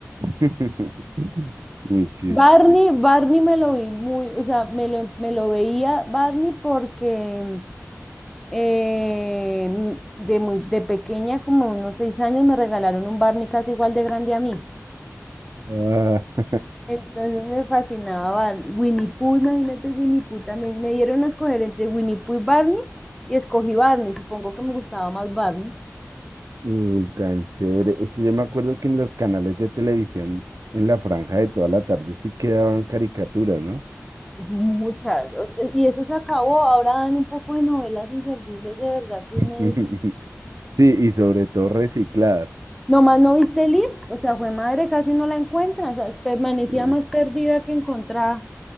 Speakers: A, on the right; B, in the centre.
A: <laughs> Muy chistoso.
B: Barney, Barney me lo vi muy, o sea, me lo, me lo veía Barney porque eh, de muy, de pequeña, como unos seis años, me regalaron un Barney casi igual de grande a mí.
A: Ah,
B: Entonces me fascinaba Barney. Winnie Pooh, imagínate Winnie Pooh también. Me dieron a escoger entre Winnie Pooh y Barney y escogí Barney. Supongo que me gustaba más Barney.
A: uy, tan chévere. Es que yo me acuerdo que en los canales de televisión, en la franja de toda la tarde, sí quedaban caricaturas, ¿no?
B: Muchas. O- Y eso se acabó. Ahora dan un poco de novelas inservibles de verdad que uno
A: <laughs>
B: dice.
A: Sí, y sobre todo recicladas.
B: Nomás no viste Lid, o sea, fue madre, casi no la encuentran. O sea, permanecía
A: Sí,
B: más perdida que encontrada.